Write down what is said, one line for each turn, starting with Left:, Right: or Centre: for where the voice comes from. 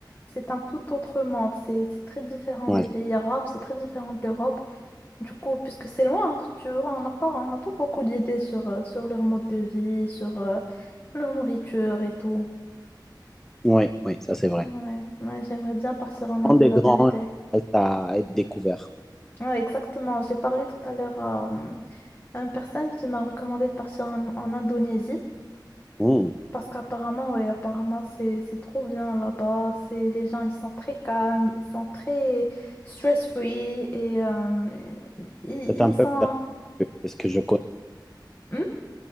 Left: c'est un tout autre monde. C'est c'est très différent
Centre: Ouais,
Left: des pays arabes, c'est très différent de l'Europe. Du coup, puisque c'est loin, tu vois, on n'a pas, on n'a pas beaucoup d'idées sur, euh, sur leur mode de vie, sur euh, leur nourriture et tout.
Centre: ouais, ouais, ça c'est
Left: Ouais,
Centre: vrai.
Left: ouais, j'aimerais bien partir en Asie,
Centre: Prendre des
Left: la
Centre: grands
Left: vérité.
Centre: reste à être découvert.
Left: Ouais, exactement. J'ai parlé tout à l'heure à euh, à une personne qui m'a recommandé de partir en en Indonésie.
Centre: Mmh.
Left: Parce qu'apparemment, ouais, apparemment, c'est c'est trop bien là-bas. C'est les gens, ils sont très calmes, ils sont très stress-free et euh, ils,
Centre: C'est
Left: ils
Centre: un peuple
Left: sont
Centre: respectueux, c'est ce que je connais.
Left: Hmm?